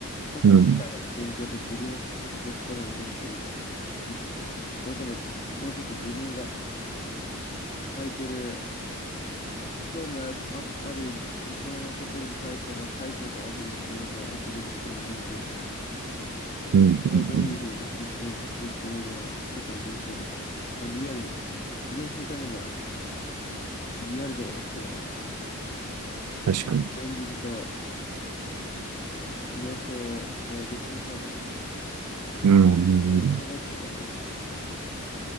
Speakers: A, on the left; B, on the right.
A: 外の世界の勉強と自分の心の勉強みたいな。
B: うん。
A: 自分、それとも、それこそ自分が抱えてる興味ある、あ、ある事象のことに対しての解像度を上げるっていう意味での自分の心の勉強だよね。
B: うん。うんうん
A: で、それをどういうふうに実現化するっていう意味での外の勉強とか、まあ、リアルに実現するためには、まあ、リアル度が必要やん。
B: 確かに。
A: 現実と妄想を別にしないためやん。
B: うん。うんうん
A: 一緒に考えてたらダメや。